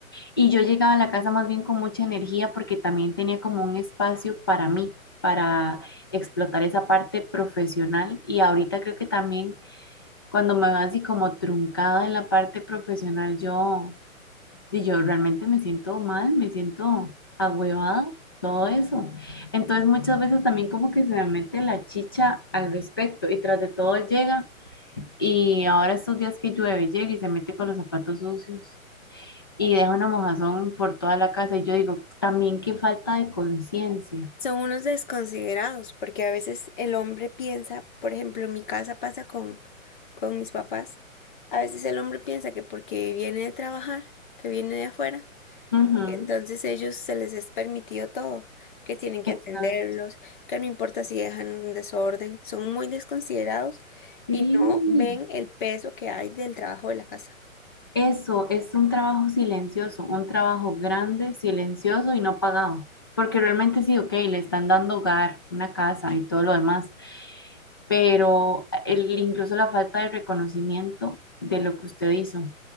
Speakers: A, on the left; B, on the left.
A: Y yo llegaba a la casa más bien con mucha energía porque también tenía como un espacio para mí, para explotar esa parte profesional. Y ahorita creo que también cuando me veo así como truncada en la parte profesional, yo, y yo realmente me siento mal, me siento agüevada, todo eso. Entonces muchas veces también como que se me mete la chicha al respecto y tras de todo llega. Y ahora estos días que llueve, llega y se mete con los zapatos sucios y deja una mojazón por toda la casa. Y yo digo, también qué falta de conciencia.
B: Son unos desconsiderados, porque a veces el hombre piensa, por ejemplo, en mi casa pasa con, con mis papás, a veces el hombre piensa que porque viene de trabajar, que viene de afuera,
A: Ujú.
B: que entonces ellos se les es permitido todo, que tienen que
A: Exacto.
B: atenderlos, que no importa si dejan un desorden, son muy desconsiderados
A: Sí.
B: y no ven el peso que hay del trabajo de la casa.
A: Eso es un trabajo silencioso, un trabajo grande, silencioso y no pagado. Porque realmente sí, ok, le están dando hogar, una casa y todo lo demás, pero el, incluso la falta de reconocimiento de lo que usted hizo,